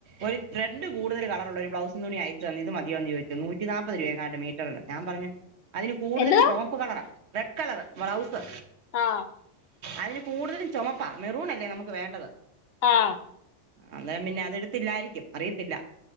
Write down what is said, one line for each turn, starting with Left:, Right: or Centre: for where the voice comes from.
Right: ഒരു റെഡ് കൂടുതൽ കളറുള്ള ഒരു ബ്ലൗസ് അയ ഇത് മതിയാന്ന് ചോയ്ച്ച് നൂറ്റി നാല്ത് രൂപണ്ട് മീറ്ററന് ഞാൻ പറഞ്ഞ അതി കൂടുതലും
Left: എന്തുവാ
Right: pump colour red colour blouse
Left: ആഹ്
Right: അതിന് കൂടുതലും ചുമപ്പാ മെറൂൺ അല്ലേ നമുക്ക് വേണ്ടത്
Left: ആഹ്
Right: അന്നേരം പിന്നെ അത്െടുത്തില്ലായിരിക്കും അറിയത്തില്ല